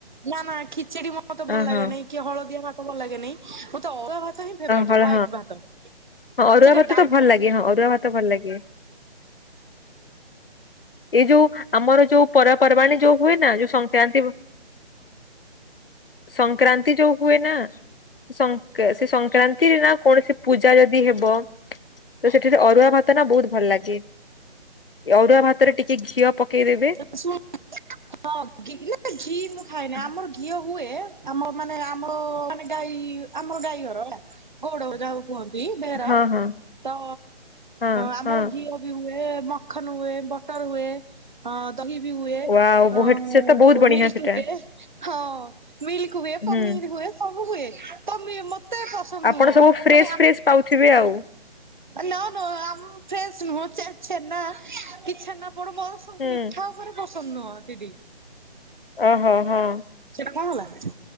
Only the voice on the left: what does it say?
ଅ
ହଁ
ହଁ
ହଁ ଅରୁଆ
ଭାତ
ତ ଭଲ ଲାଗେ ହଁ ଅରୁଆ ଭାତ ଭଲ ଲାଗେ। ଏଇ ଯୋଉ ଆମର ଯୋଉ ପର୍ବପର୍ବାଣୀ ଯୋଉ ହୁଏ ନା ଯୋଉ ସଂକ୍ରାନ୍ତି ସଂକ୍ରାନ୍ତି ଯୋଉ ହୁଏ ନା। ସଂକ୍ରା ସେ ସଂକ୍ରାନ୍ତି ନା କୌଣସି ପୂ ଯଦି ହେବ ତ ସେଠି ସେ ଅରୁଆ ଭାତ ନା ବହୁତ ଭଲ ଲାଗେ। ଅଡୁଆ ଭାତରେ ଟିକେ ଘିଅ ପକେଇଦେବେ।
ହଁ
ହଁ ହଁ
ହଁ
ହଁ।
ୱାଓ
ବହୁତ୍ ସେ ତ ବହୁତ ବଢିଆ
ସେଟା।
ହୁଁ।
ଆପଣ
ସବୁ ଫ୍ରେଶ୍
ଫ୍ରେଶ୍ ପାଉଥିବେ ଆଉ।
ହୁଁ
ଏ ହଁ ହଁ।